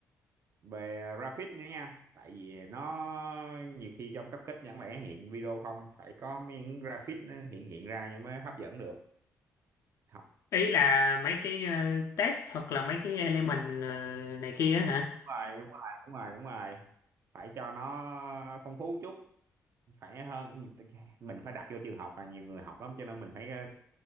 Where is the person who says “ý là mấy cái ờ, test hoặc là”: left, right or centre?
Left